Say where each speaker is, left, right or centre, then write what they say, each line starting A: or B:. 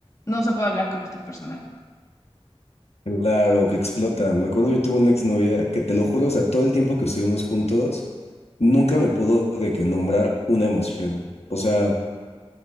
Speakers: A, on the left; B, on the left.
A: no se puede hablar con esta persona.
B: Claro, que explotan. Me acuerdo, yo tuve una exnovia que te lo juro, o sea, todo el tiempo que estuvimos juntos, nunca me pudo de que nombrar una emoción. O sea,